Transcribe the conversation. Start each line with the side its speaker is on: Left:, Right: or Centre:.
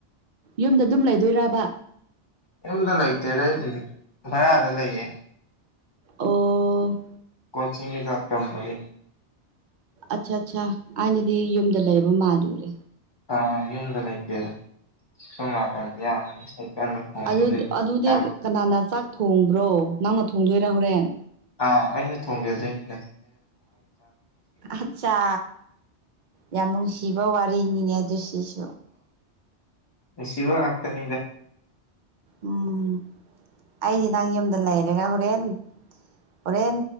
Right: ꯌꯨꯝꯗ ꯑꯗꯨꯝ ꯂꯩꯗꯣꯏꯔꯕ
Left: ꯌꯨꯝꯗ ꯂꯩꯇꯦ ꯂꯩꯕꯨꯗꯤ ꯚꯔꯥꯗ ꯂꯩꯌꯦ
Right: ꯑꯣ
Left: ꯀꯣꯆꯤꯡꯦ ꯀꯇꯝꯕꯗꯤ
Right: ꯑꯠꯆꯥ ꯑꯠꯆꯥ ꯑꯩꯅꯗꯤ ꯌꯨꯝꯗ ꯂꯩꯕ ꯃꯥꯜꯂꯨꯔꯦ
Left: ꯑꯥ ꯌꯨꯝꯗ ꯂꯩꯇꯦꯗ ꯁꯣꯝ ꯂꯥꯛꯀꯅꯤ ꯌꯥꯃꯅꯤ ꯏꯁꯩ ꯀꯟꯅ ꯈꯣꯡꯕꯗꯨꯒꯤ
Right: ꯑꯗꯨ ꯑꯗꯨꯗꯤ
Left: ꯆꯥꯛ
Right: ꯀꯅꯥꯅ ꯆꯥꯛ ꯊꯣꯡꯕ꯭ꯔꯣ ꯅꯪꯅ ꯊꯣꯡꯗꯣꯏꯔꯥ ꯍꯣꯔꯦꯟ
Left: ꯑꯥ ꯑꯩꯅ ꯊꯣꯡꯒꯦꯗꯣꯏꯅꯤꯅꯦ
Right: ꯑꯆꯥ ꯌꯥꯝꯁꯤ ꯕ ꯋꯥꯔꯤꯔꯤꯅꯤꯅꯦꯗꯨꯣꯁꯤꯁ
Left: ꯑ ꯁꯤꯕ ꯉꯥꯛꯇꯅꯤꯗꯦ
Right: ꯎꯝ ꯑꯩꯗꯤ ꯅꯪ ꯌꯨꯝꯗ ꯂꯩꯔꯦꯒ ꯍꯣꯔꯦꯟ ꯍꯣꯔꯦꯟ